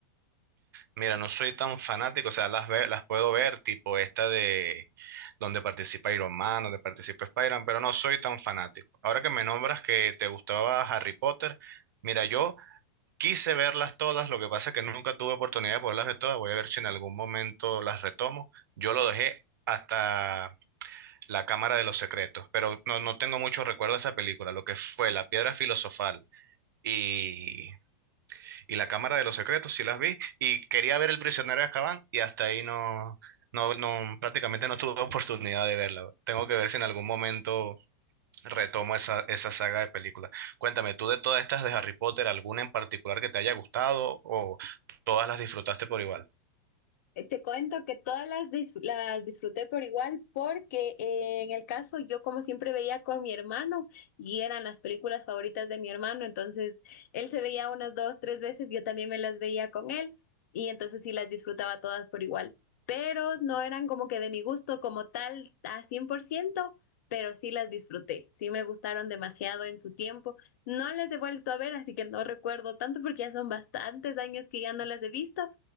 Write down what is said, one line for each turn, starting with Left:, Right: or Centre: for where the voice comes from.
Right: Mira, no soy tan fanático, o sea, las, ve- las puedo ver, tipo esta de donde participa Iron Man, donde participa Spider-Man, pero no soy tan fanático. Ahora que me nombras que te gustaba Harry Potter, mira, yo... Quise verlas todas, lo que pasa es que nunca tuve oportunidad de poderlas ver todas. Voy a ver si en algún momento las retomo. Yo lo dejé hasta La Cámara de los Secretos, pero no, no tengo mucho recuerdo de esa película. Lo que fue La Piedra Filosofal y, y La Cámara de los Secretos, sí las vi. Y quería ver El Prisionero de Azkaban y hasta ahí no, no, no, prácticamente no tuve <laughs> oportunidad de verla. Tengo que ver si en algún momento Retomo esa, esa saga de películas. Cuéntame, ¿tú de todas estas de Harry Potter, alguna en particular que te haya gustado o todas las disfrutaste por igual?
Left: Eh, Te cuento que todas las, dis- las disfruté por igual porque eh, en el caso yo como siempre veía con mi hermano y eran las películas favoritas de mi hermano, entonces él se veía unas dos, tres veces, yo también me las veía con él y entonces sí las disfrutaba todas por igual, pero no eran como que de mi gusto como tal a cien por ciento pero sí las disfruté, sí me gustaron demasiado en su tiempo, no las he vuelto a ver, así que no recuerdo tanto porque ya son bastantes años que ya no las he visto